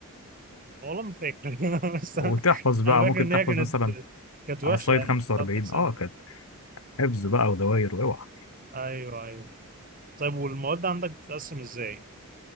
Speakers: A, on the right (about 40°); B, on the left (about 65°).
A: والله ما فاكر <laughs> بس انا
B: وتحفظ بقى
A: أنا فاكر
B: ممكن
A: ان
B: تحفظ
A: هي كانت
B: مثلا
A: كانت وحشه
B: على السايد
A: يعني
B: 45
A: مش هتقعد تحسب
B: اه كانت حفظ بقى ودواير واوعى
A: ايوه ايوه طيب والمواد عندك بتتقسم ازاي؟